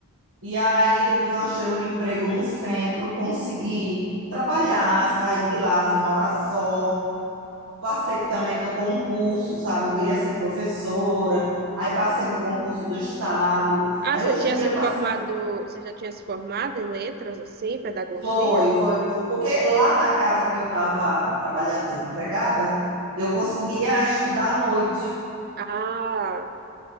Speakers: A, on the right (about 65°); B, on the right (about 45°).
A: E aí depois eu achei um emprego no centro, consegui trabalhar, sair de lá, fui morar só passei também no concurso, sabe? Eu queria ser professora, aí passei no concurso do estado.
B: Ah,
A: Aí
B: você
A: hoje
B: tinha
A: em dia
B: se
A: passei,
B: formado, você já tinha se formado em letras, assim, pedagogia?
A: foi, foi, porque lá na casa que eu estava trabalhando de empregada, eu conseguia estudar à noite.
B: Ah,